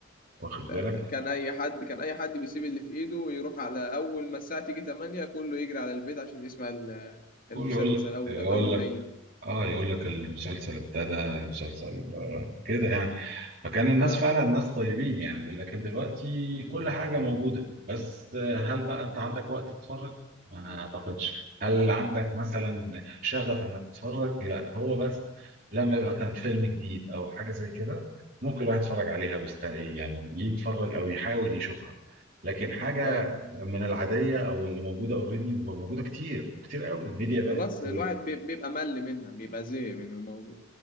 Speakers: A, on the right; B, on the left.
A: واخد
B: ده
A: بالك
B: كان اي حد كان اي حد بيسيب اللي في ايده ويروح على اول ما الساعه تيجي 8 كله يجري على البيت عشان يسمع ال-
A: كل
B: المسلسل
A: يقول
B: اول
A: يقول
B: اول
A: لك
B: ما يجي
A: اه يقول لك المسلسل ابتدى المسلسل آه، كده يعني فكان الناس
B: اه
A: فعلا ناس طيبين يعني لكن دلوقتي كل حاجة موجودة بس آه، هل بقى انت عندك وقت تتفرج؟ ما اعتقدش هل عندك مثلا شغف انك تتفرج؟ لا هو بس لما يبقى مثلا فيلم جديد او حاجة زي كده ممكن الواحد يتفرج عليها ويست يعني يتفرج او يحاول يشوفها لكن حاجة
B: اه
A: من العادية او اللي موجودة اوريدي موجودة كتير كتير قوي الميديا بقت
B: خلاص الواحد بي- بيبقى مل منها بيبقى زهق من الموضوع